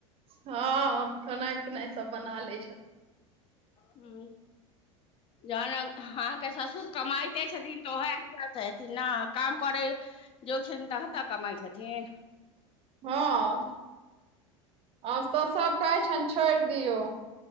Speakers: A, on the right; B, on the left.
A: हँ खेनाइ पिनाइ सब बना लै छथि।
B: हं जहन अहाँके ससुर कमायते छथिन स हेथिन ने काम करै जोग छथिन तखन तऽ कमाइ छथिन।
A: हँ, आब तऽ सब कहै छैन छोड़ि दियौ।